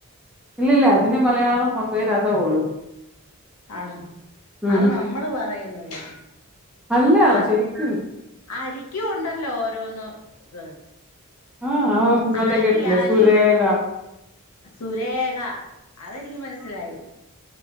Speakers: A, in the centre; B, on the left.
A: ഇല്ലില്ലാ അതിന് മലയാളം ഫ പേര് അതേ ഉള്ളൂ
B: ആണ്
A: ഉം
B: അത് നമ്മള് പറയുന്നത്
A: അല്ലാ
B: അ
A: ശെരിക്കും
B: അരിക്കും ഒണ്ടല്ലോ ഓരോന്ന് ഇത്
A: ആഹ് ആ മറ്റേ
B: അരി
A: കേട്ടിട്ടില്ലേ
B: അരി
A: സൂരേഖ?
B: സുരേഖ അതെനിക്ക് മനസ്സിലായി